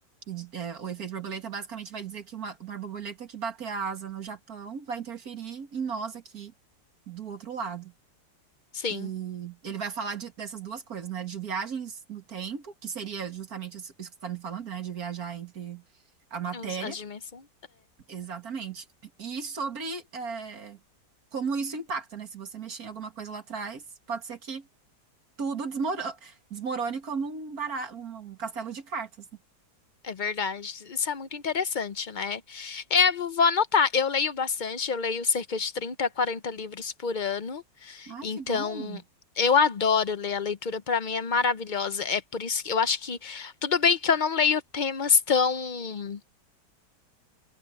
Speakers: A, on the right; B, on the left.
A: E, é, o efeito borboleta basicamente vai dizer que uma, uma borboleta que bater a asa no Japão vai interferir em nós aqui do outro lado.
B: sim.
A: E ele vai falar de- dessas duas coisas, né? De viagens no tempo, que seria justamente isso isso que você está me falando, né? De viajar entre a matéria.
B: Os- As dimensões.
A: Exatamente. E sobre, é, como isso impacta, né? Se você mexer em alguma coisa lá atrás, pode ser que Tudo desmoro- desmorone como um, bara- um um castelo de cartas, né?
B: É verdade. Isso é muito interessante, né? Eu vou vou anotar. Eu leio bastante, eu leio cerca de 30 a 40 livros por ano.
A: Ai,
B: Então,
A: que bom.
B: eu adoro ler. A leitura para mim é maravilhosa. É por isso que eu acho que tudo bem que eu não leio temas tão